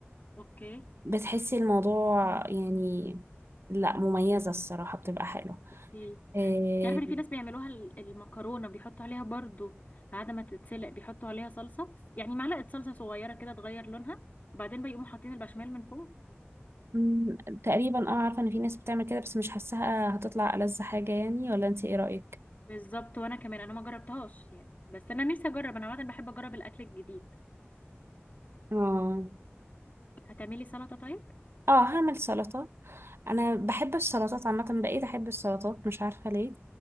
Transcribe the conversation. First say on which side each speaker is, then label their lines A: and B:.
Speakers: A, on the left; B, on the right.
A: اوكي
B: بتحسي الموضوع يعني لا مميزه الصراحه بتبقى حلوه
A: اوكي
B: آه،
A: تعرف ان في ناس بيعملوها ال- المكرونه بيحطوا عليها برضو بعد ما تتسلق بيحطوا عليها صلصه يعني معلقه صلصه صغيره كده تغير لونها وبعدين بيقوموا حاطين البشاميل من فوق
B: مم، تقريبا اه عارفة ان في ناس بتعمل كده بس مش حاساها هتطلع ألذ حاجة يعني ولا انت ايه رأيك
A: بالظبط وانا كمان انا ما جربتهاش يعني بس انا نفسي اجرب انا عاده بحب اجرب الاكل الجديد
B: اه
A: هتعملي سلطه طيب
B: اه هعمل سلطة انا بحب السلطات عامة بقيت احب السلطات مش عارفة ليه